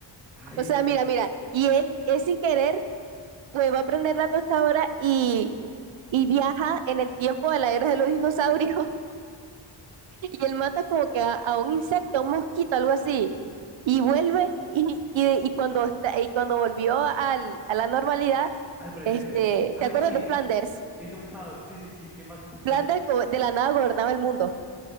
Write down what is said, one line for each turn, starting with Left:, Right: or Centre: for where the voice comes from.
Centre: Ay,
Right: O sea, mira, mira, y él es sin querer, pues va a prender la tostadora y, y viaja en el tiempo de la era de los dinosaurios <laughs> y él mata como que a, a un insecto, un mosquito, algo así, y vuelve y, y, y cuando, está- y cuando volvió al, a la normalidad,
Centre: al presente.
Right: este,
Centre: Ay,
Right: ¿te acuerdas
Centre: sí.
Right: de Flanders?
Centre: Hizo un caos. Sí, sí, sí. ¿Qué pasó con Flanders?
Right: Flanders go- de la nada gobernaba el mundo.